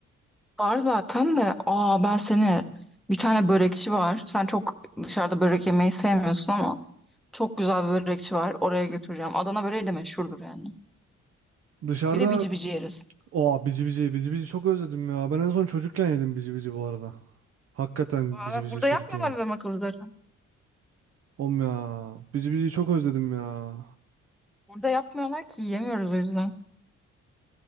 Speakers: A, in the centre; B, on the right.
A: Var zaten de aa ben seni bir tane börekçi var. Sen çok dışarıda börek yemeyi sevmiyorsun ama çok güzel bir börekçi var. Oraya götüreceğim. Adana böreği de meşhurdur yani.
B: Dışarıda
A: Bir de bici bici yeriz.
B: o bici bici bici bici çok özledim ya. Ben en son çocukken yedim bici bici bu arada. Hakikaten
A: Valla
B: bici bici
A: burada
B: çocukken
A: yapmıyorlar
B: yedim.
A: adam akıllı zaten.
B: Oğlum ya bici bici çok özledim ya.
A: Burada yapmıyorlar ki yiyemiyoruz o yüzden.